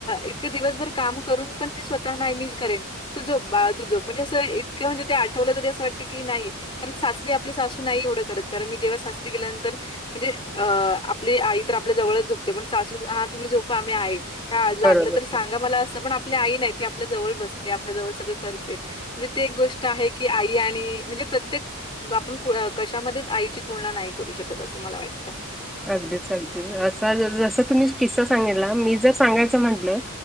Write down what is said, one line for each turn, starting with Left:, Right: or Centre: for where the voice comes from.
Left: इतके दिवसभर काम करून पण ती स्वतः नाय मी करेन. तू झोप बाळा तू झोप, म्हणजे असं इतकं म्हणजे ते आठवलं तरी असं वाटतं की नाही. कारण सासरी आपल्या सासू नाही एवढं करत. कारण मी जेव्हा सासरी गेल्यानंतर, म्हणजे अ आपली आई तर आपल्या जवळच झोपते, पण सासू हा तुम्ही झोपा मी आहे. का लागलं
Centre: बरोबर.
Left: तर सांगा मला अस पण आपली आई नाही ती आपल्या जवळ बसते आपल्या जवळ सगळं करते. म्हणजे ते एक गोष्ट आहे की, आई आणि म्हणजे प्रत्येक. आपण कशामध्येच आईची तुलना नाही, करू शकत असं मला वाटतं.
Centre: अगदीच अगदीच, असा जस तुम्ही किस्सा सांगितला मी जर सांगायचं म्हटलं.